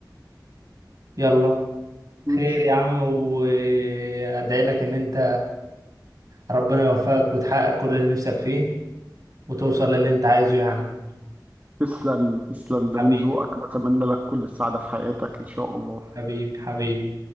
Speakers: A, on the right; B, on the right.
A: يلا
B: مش
A: خير يا عم وادعي لك ان انت ربنا يوفقك وتحقق كل اللي نفسك فيه وتوصل للي انت عايزه يعني
B: تسلم تسلم ده
A: حبيبي
B: من ذوقك واتمنى لك كل السعادة في حياتك ان شاء الله
A: حبيبي حبيبي